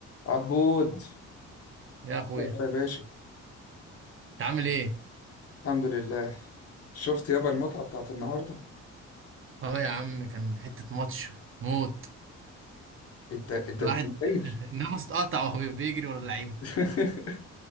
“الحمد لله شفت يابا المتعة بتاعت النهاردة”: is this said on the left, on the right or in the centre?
Left